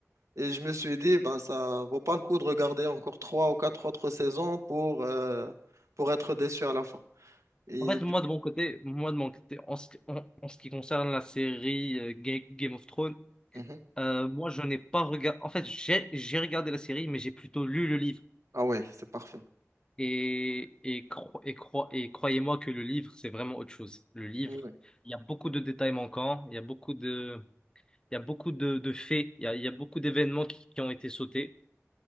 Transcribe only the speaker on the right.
Et je me suis dit, bah, ça vaut pas le coup de regarder encore trois ou quatre autres saisons pour, euh, pour être déçu à la fin. Et
du-
Mhm.
Ah ouais, c'est parfait.
Ouais,